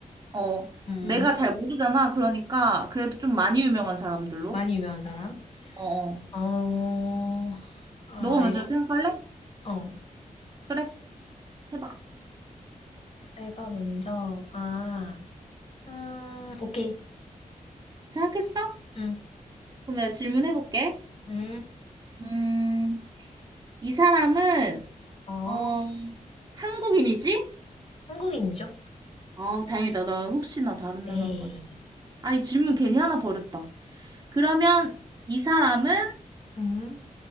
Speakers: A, on the right; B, on the left.
A: 어.
B: 음,
A: 내가 잘 모르잖아. 그러니까 그래도 좀 많이 유명한 사람들로.
B: 많이 유명한 사람?
A: 어. 어.
B: 어, 아,
A: 너가
B: 알겠,
A: 먼저 생각할래?
B: 어.
A: 그래. 해봐.
B: 내가 먼저, 아, 음, 오케이.
A: 생각했어?
B: 음,
A: 그럼 내가 질문해 볼게.
B: 음,
A: 음, 이 사람은
B: 어,
A: 어, 한국인이지?
B: 한국인이죠?
A: 아, 다행이다. 나 혹시나 다른
B: 네.
A: 나라인가 했어. 아, 이 질문 괜히 하나 버렸다. 그러면 이 사람은,
B: 음,